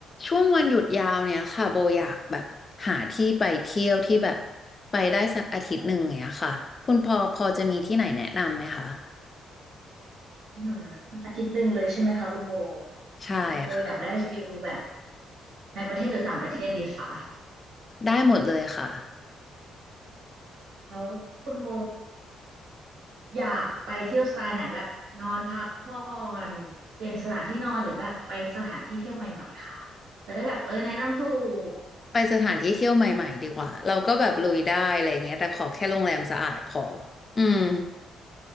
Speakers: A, on the left (about 35°); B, on the right (about 80°).
A: ช่วงวันหยุดยาวเนี่ยค่ะโบอยากแบบหาที่ไปเที่ยวที่แบบไปได้สักอาทิตย์หนึ่งอย่างเงี้ยค่ะคุณพอพอจะมีที่ไหนแนะนำไหมคะ
B: อืมอาทิตย์หนึ่งเลยใช่ไหมคะคุณโบ
A: ใช่ค่ะ
B: คุณโบอยากได้ฟิลแบบในประเทศหรือต่างประเทศดีคะ
A: ได้หมดเลยค่ะ
B: แล้วคุณโบอยากไปเที่ยวสไตล์ไหนแบบนอนพักผ่อนเปลี่ยนสถานที่นอนหรือแบบไปสถานที่เที่ยวใหม่ๆค่ะจะได้แบบเออแนะนำถูก
A: ไปสถานที่เที่ยวใหม่ๆดีกว่าเราก็แบบลุยได้อะไรเงี้ยแต่ขอแค่โรงแรมสะอาดพออืม